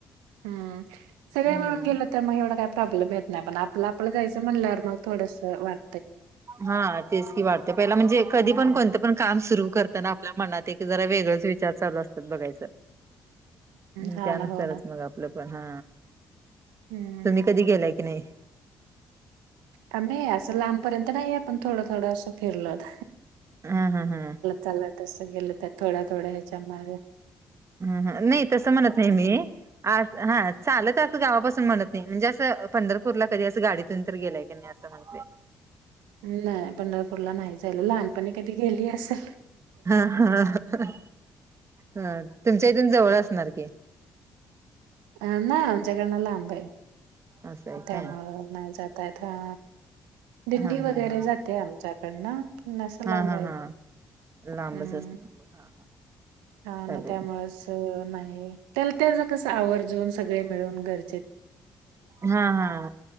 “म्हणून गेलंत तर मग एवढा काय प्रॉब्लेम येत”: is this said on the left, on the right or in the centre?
Right